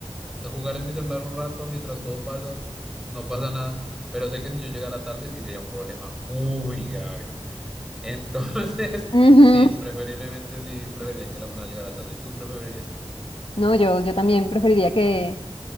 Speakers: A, in the centre; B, on the left.
A: eh, jugar en mi celular un rato mientras todo pasa, no pasa nada, pero sé que si yo llegara tarde sí sería un problema muy grave. Entonces, <laughs>
B: ujú.
A: sí, preferiblemente sí, preferiría que la persona llegara tarde. ¿Y tú qué preferirías?
B: No, yo, yo también preferiría que,